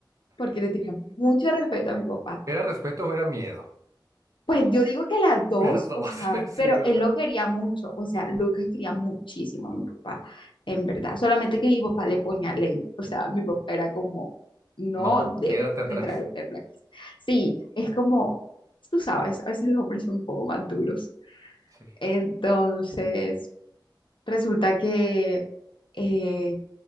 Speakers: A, on the left; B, on the right.
A: porque le tenía mucho respeto a mi papá.
B: ¿Era respeto o era miedo?
A: Pues yo digo que las dos,
B: Las dos,
A: o sea,
B: <laughs> sí,
A: pero
B: ¿verdad?
A: él lo quería mucho, o sea, Lucas quería muchísimo a mi papá, en verdad, solamente que mi papá le ponía ley, o sea, mi papá era como, no
B: No,
A: dejen
B: quédate atrás.
A: entrar el perro a la casa. Sí, es como, tú sabes, a veces los hombres son un poco más duros.
B: Sí,
A: Entonces, resulta que eh,